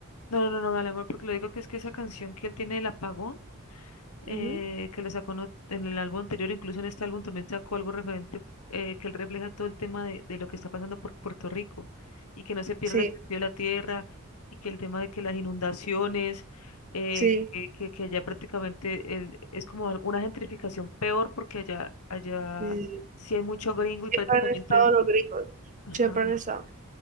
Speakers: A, on the left (about 85°); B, on the right (about 35°).
A: no, no, no, no, dale amor, porque lo digo que es que esa canción que él tiene del apagón eh,
B: Ujú,
A: que lo sacó en ot- en el álbum anterior, incluso en este álbum también sacó algo referente eh, que él refleja todo el tema de, de lo que está pasando por Puerto Rico y que no se pierda
B: Sí,
A: el sentido de la tierra y que el tema de que las inundaciones, eh,
B: sí,
A: que, que, que allá prácticamente el- es como al- una gentrificación peor porque allá, allá
B: sí, sí. sí.
A: sí hay mucho gringo y prácticamente...
B: Siempre han estado los gringos,
A: ajá,
B: siempre han estado.